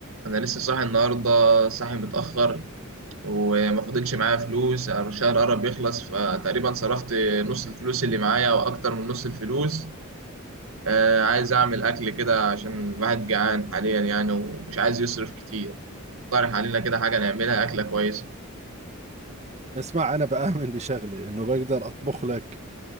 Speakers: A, on the right; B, on the right.
A: انا لسه صاحي النهارده صاحي متاخر وما فضلش معايا فلوس الشهر قرب يخلص فتقريبا صرفت نص الفلوس اللي معايا او اكتر من نص الفلوس آه عايز اعمل اكل كده عشان الواحد جعان حاليا يعني ومش عايز يصرف كتير اقترح علينا كده حاجه نعملها اكله كويسه
B: اسمع انا بآمن بشغلة انه بقدر اطبخ لك